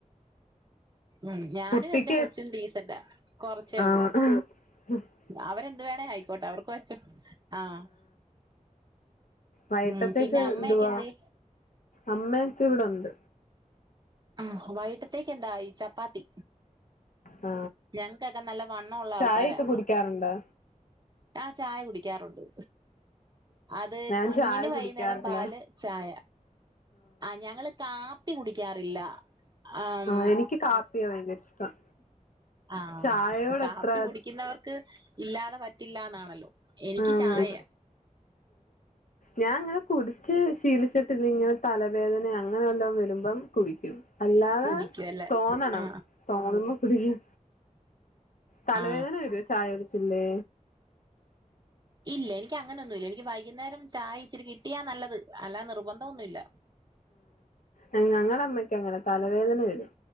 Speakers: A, on the right; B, on the left.
A: ഉം ഞാനും
B: കുട്ടിക്ക്
A: എന്റെ കൊച്ചും ഡീസെന്റ കൊറച്ചേ
B: ആ
A: ഉള്ളൂ
B: വൈകിട്ട്
A: അവരെന്തു വേണേ ആയിക്കോട്ടെ അവർക്ക് വെച്ചു ആഹ്
B: വയിട്ടത്തേക്ക്
A: ഉം പിന്നെ അമ്മയൊക്കെ
B: എന്തുവാ
A: എന്തേ
B: അമ്മൊ യൊക്കെ ഇവിടൊണ്ട്
A: ആ വൈട്ടത്തേക്ക് എന്താ ഈ ചപ്പാത്തി
B: ആ
A: ഞങ്ങക്കൊക്കെ നല്ല വണ്ണം ഉള്ള
B: ചായയൊക്കെ
A: ആൾക്കാരാ
B: കുടിക്കാറുണ്ടോ
A: ആ ചായ കുടിക്കാറുണ്ട് അത്
B: ഞാൻ
A: കുഞ്ഞിന്
B: ചായ കുടിക്കാറില്ല
A: വൈകുന്നേരം പാല് ചായ ആ ഞങ്ങള് കാപ്പി കുടിക്കാറില്ല ആം
B: ആഹ് എനിക്ക് കാപ്പിയ ഭയങ്കര ഇഷ്ടം
A: ആഹ്
B: ചായയോട്
A: കാപ്പി
B: അത്ര
A: കുടിക്കുന്നവർക്ക് ഇല്ലാതെ പറ്റില്ലാന്നാണല്ലോ എനിക്ക്
B: ആഹ്
A: ചായ
B: ഞാൻ ഇങ്ങനെ കുടിച്ച് ശീലിച്ചിട്ടില്ല ഇങ്ങനെ തലവേദന അങ്ങനെ വല്ലോം വരുമ്പ കുടിക്കും അല്ലാതെ
A: കുടിക്കുവല്ലേ
B: തോന്നണം
A: ആ
B: തോന്ന് മ്പ കുടികും തലവേദന
A: ആ
B: വരുവ ചായ കുടികുമ്പേ
A: ഇല്ല എനിക്ക് അങ്ങനെയൊന്നുല്ല എനിക്ക് വൈകുന്നേരം ചായ ഇച്ചിരി കിട്ടിയാ നല്ലത് അല്ലാ നിർബന്ധം ഒന്നുല്ല
B: ആ ഞങ്ങളുടെ അമ്മയ്ക്ക് അങ്ങന തലവേദന വരും